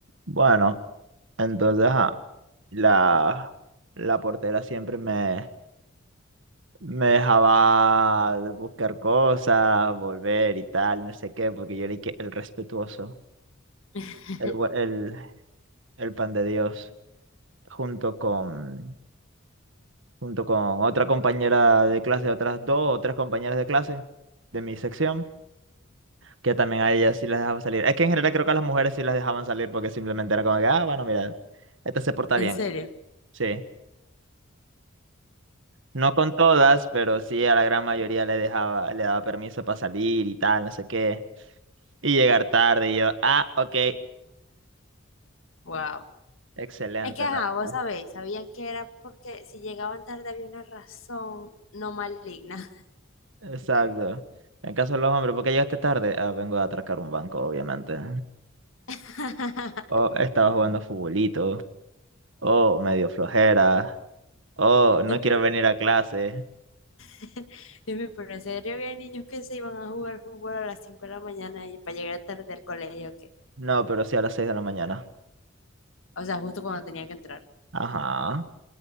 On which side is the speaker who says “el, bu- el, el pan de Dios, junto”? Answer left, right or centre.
Right